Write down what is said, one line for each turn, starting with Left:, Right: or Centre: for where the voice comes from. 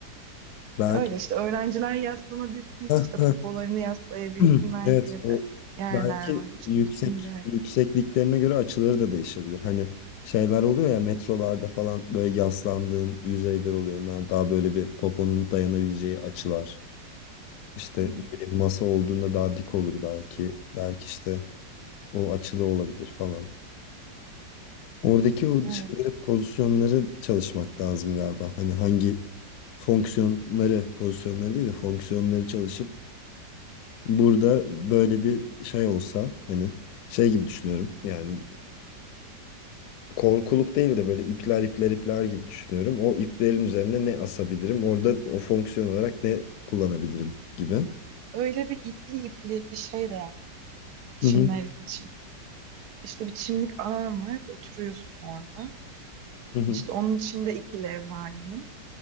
Left: Belki
Right: Öyle işte öğrenciler yaslanabilsin
Left: Heh,
Right: işte
Left: heh.
Right: popolarını yaslayabilsinler
Left: <clears throat> evet
Right: diye
Left: o
Right: de yerler
Left: belki
Right: var. İşte
Left: yüksek
Right: üçüncü ay.
Left: yüksekliklerine göre açıları da değişebilir. Hani şeyler oluyor ya metrolarda falan böyle yaslandığın yüzeyler oluyor. Onlar daha böyle bir poponun dayanabileceği açılar. İşte
Right: Hı hı.
Left: ne bileyim masa olduğunda daha dik olur belki. Belki işte o açılı olabilir falan. Oradaki o
Right: Evet.
Left: şeyleri, pozisyonları çalışmak lazım galiba. Hani hangi fonksiyonları, pozisyonları değil de fonksiyonları çalışıp burada böyle bir şey olsa hani şey gibi düşünüyorum. Yani korkuluk değil de böyle ipler ipler ipler gibi düşünüyorum. O iplerin üzerine ne asabilirim? Orada o fonksiyon olarak ne kullanabilirim gibi.
Right: Öyle bir ipli ipli bir şey de yaptım çimler
Left: Hı hı
Right: için. İşte bir çimlik alan var. Oturuyorsun orada.
Left: hı. hı.
Right: İşte onun içinde iki levha yine.